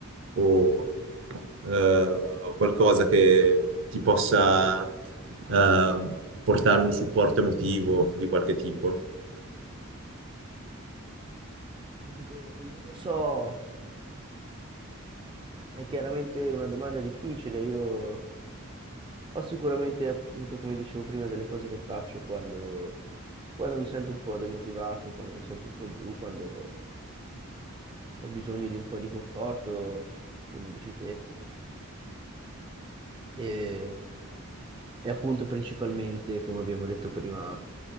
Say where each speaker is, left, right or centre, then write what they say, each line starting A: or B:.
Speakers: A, on the right; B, on the right.
A: o eh, qualcosa che ti possa eh, portare un supporto emotivo di qualche tipo?
B: dico, non lo so, è chiaramente una domanda difficile. Io ho sicuramente, appunto, come dicevo prima, delle cose che faccio quando, quando mi sento un po' demotivato, quando mi sento un po' giù, quando ho bisogno di un po' di conforto, come dici te. E appunto principalmente, come abbiamo detto prima,